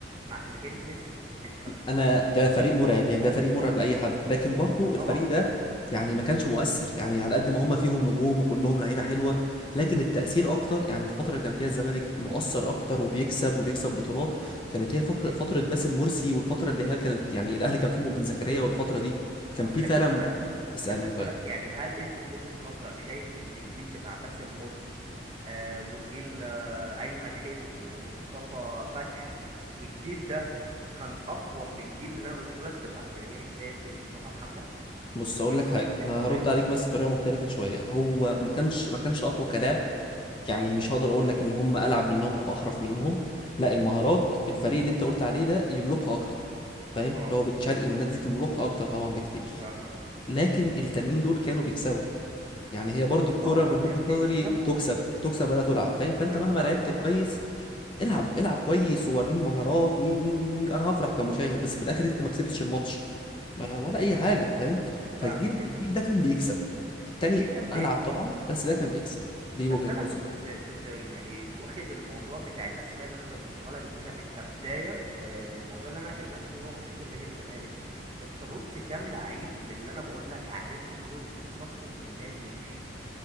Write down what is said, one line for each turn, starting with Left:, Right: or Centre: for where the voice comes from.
Right: مع فرجاني ساسي انت
Left: انا ده فريق مرعب يعني ده فريق مرعب لاي حد لكن برضو الفريق
Right: طبعا
Left: ده يعني ما كانش مؤثر يعني على قد ما هم فيهم نجوم وكلهم لعيبه حلوه لكن التاثير اكتر يعني الفتره اللي كان فيها الزمالك مؤثر اكتر وبيكسب وبيكسب بطولات كانت هي فقر-
Right: مم.
Left: فتره باسم مرسي والفتره اللي هي كانت يعني الاهلي كان فيه مؤمن زكريا والفتره دي كان
Right: طب
Left: فيه
Right: خليني
Left: فعلا
Right: اسالك
Left: اسالني
Right: خليني اسالك
Left: طيب
Right: يعني هل انت في وجهة نظرك شايف ان الجيل بتاع باسم مرسي آه وجيل آه ايمن حفني ومصطفى فتحي الجيل ده كان اقوى من الجيل اللي انا قلته لك بتاع فرجاني ساسي ومصطفى محمد
Left: بص
Right: من وجهة
Left: اقول لك حاجه
Right: نظرك الشخصية
Left: انا هرد عليك بس بطريقه مختلفه شويه هو
Right: بتفضل
Left: ما كانش ما كانش اقوى كلاعب يعني مش
Right: بالظبط
Left: هقدر اقول لك ان هم العب منهم او احرف منهم لا المهارات
Right: امم
Left: الفريق اللي انت قلت عليه ده يملكها اكتر فاهم
Right: اه
Left: اللي هو بن شرقي والناس دي تملكها اكتر طبعا بكتير
Right: فاهمك
Left: لكن التانيين دول كانوا بيكسبوا يعني هي برضو الكرة
Right: اه
Left: من
Right: كانوا
Left: وجهة
Right: بيكسبوا
Left: نظري تكسب تكسب ولا تلعب فاهم فانت
Right: ولا
Left: مهما
Right: تلعب
Left: لعبت
Right: طبعا
Left: كويس العب العب كويس ووريني مهارات وي وي وي وي. انا هفرح كمشاهد بس في الاخر انت ما كسبتش الماتش ما- ولا
Right: امم
Left: اي حاجة فاهم فالجيل
Right: فاهمك جدا
Left: الجيل ده كان بيكسب التاني
Right: الجيل كان بيكسب
Left: العب طبعا بس ده كان بيكسب دي
Right: بس
Left: وجهة
Right: انا
Left: نظري
Right: كنت كنت يعني واخد الموضوع بتاع الاسماء اللي انا ذكرتها لك دي كان كبدايه آه، للموضوع اللي انا هكلمك فيه هو مشاكل نادي الزمالك انت بص كام لعيب من اللي انا بقول لك عليهم دول اتصفوا من النادي ومشيوا